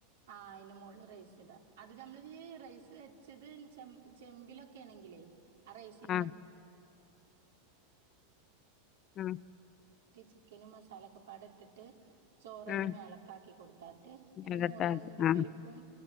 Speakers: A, on the right; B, on the left.
A: ആഹ് അയിന് മോളില് റൈസ് ഇടാ അത് നമ്മള് റൈസ് വെച്ചത് ചെമ്പി ചെമ്പിലൊക്കെ ആണ <unintelligible> അ റൈസി
B: ആഹ് ആഹ്
A: ചിക്കനും മസാലൊക്കെപ്പാടെ ഇട്ടിട്ട് ചോറയിൻ്റെ
B: ആഹ്
A: മേലാക്കാക്കി കൊടുത്താട്ട് അയിൻ്റെ
B: ഇരട്ടാക്കി
A: മോള് ണ്ടിപ്പരിപ്പും
B: ആഹ്